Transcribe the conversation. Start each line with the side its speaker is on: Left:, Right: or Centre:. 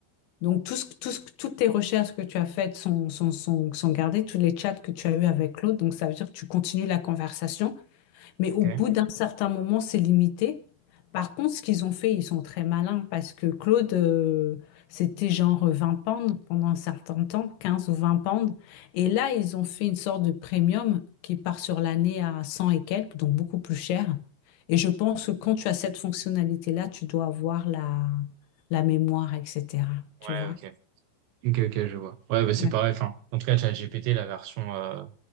Left: Donc, tout ce, tout ce- toutes tes recherches que tu as faites sont, sont, sont, sont gardées, tous les chats que tu as eus avec l'autre. Donc, ça veut dire que tu continues la conversation, mais
Right: Ok.
Left: au bout d'un certain moment, c'est limité. Par contre, ce qu'ils ont fait, ils sont très malins parce que Claude, euh, c'était genre 20 pounds pendant un certain temps, 15 ou 20 pounds. Et là, ils ont fait une sorte de premium qui part sur l'année à 100 et quelques, donc beaucoup plus cher. Et je pense que quand tu as cette fonctionnalité-là, tu dois avoir la, la mémoire, etc. Tu
Right: Ouais,
Left: vois?
Right: ok. Ok, ok, je vois. Ouais, bah, c'est
Left: Ouais,
Right: pareil. Enfin, en tout cas, ChatGPT, la version, euh,